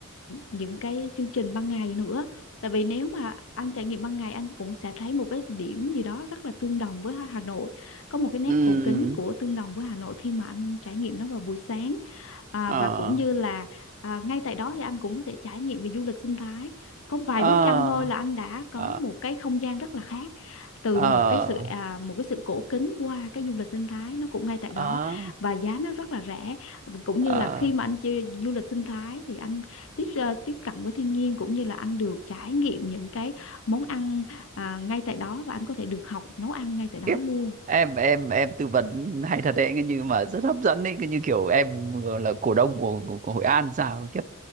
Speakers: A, on the left; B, on the right.
A: những cái chương trình ban ngày nữa. Tại vì nếu mà anh trải nghiệm ban ngày anh cũng sẽ thấy một cái điểm gì đó rất là tương đồng với Hà Nội, có một cái nét
B: ừm,
A: cổ kính của tương đồng với Hà Nội khi mà anh trải nghiệm nó vào buổi sáng à,
B: ờ
A: và cũng như là à, ngay tại đó thì anh cũng có thể trải nghiệm về du lịch sinh thái có vài
B: ờ
A: bước chân thôi là anh đã có
B: ờ
A: một cái không gian rất là khác từ
B: ờ
A: một cái sự à, một cái sự cổ kính qua cái du lịch sinh thái nó cũng ngay tại đó
B: ờ
A: và giá nó rất là rẻ cũng
B: ờ.
A: như là khi mà anh chơi du lịch sinh thái thì anh tiếp ờ, tiếp cận với thiên nhiên cũng như là anh được trải nghiệm những cái món ăn à, ngay tại đó và anh có thể được học nấu ăn ngay tại đó
B: Khiếp.
A: luôn
B: em em em tư vấn hay thật đấy cái như mà rất hấp dẫn đấy cái như kiểu em là cổ đông của của, của Hội An sao kiếp